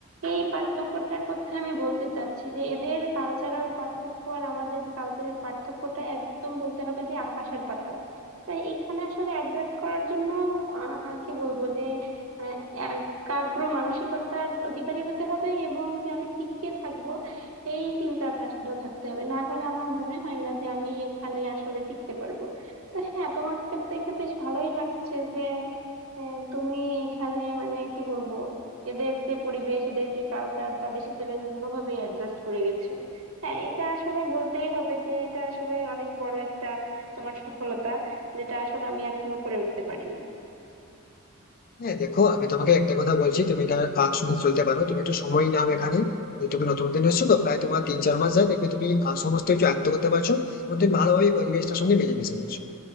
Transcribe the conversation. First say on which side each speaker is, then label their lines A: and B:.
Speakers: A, on the right; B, on the left.
A: এই পার্থক্যটার কথা আমি বলতে চাচ্ছি যে এদের কালচারাল পার্থক্য আর আমাদের কালচারের পার্থক্যটা একদম বলতে হবে যে আকাশ আর পাতাল তাই এখানে আসলে অ্যাডজাস্ট করার জন্য আহ, কি বলবো যে আহ, একাগ্র মানসিকতার অধিকারী হতে হবে এবং যে আমি টিকে থাকবো এই চিন্তা ভাবনা থাকতে হবে না হলে আমার মনে হয় না যে আমি এখানে আসলে টিকতে পারবো তো হ্যাঁ তোমাকে দেখে বেশ ভালোই লাগছে যে আহ, তুমি এখানে মানে কি বলবো এদের যে পরিবেশ এদের যে কালচার তাদের সাথে বেশ ভালোভাবে অ্যাডজাস্ট করে গেছো হ্যাঁ এটা আসলে বলতেই হবে যে এটা আসলে অনেক বড় একটা তোমার সফলতা যেটা আসলে আমি এখনো করে উঠতে পারিনি
B: হ্যাঁ দেখো আমি তোমাকে একটা কথা বলছি তুমি এটা আহ, শুনে চলতে পারো তুমি একটু সময় নাও এখানে যে তুমি নতুন দিন এসছো তো প্রায় তোমার তিন চার মাস যায় দেখবে তুমি আহ, সমস্ত কিছু আয়ত্ত করতে পারছো এবং তুমি ভালোভাবে এই পরিবেশটার সঙ্গে মিলেমিশে যাচ্ছো